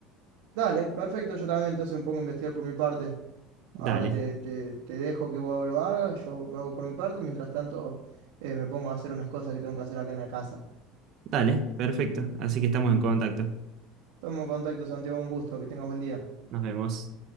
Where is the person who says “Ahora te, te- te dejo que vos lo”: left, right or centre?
Right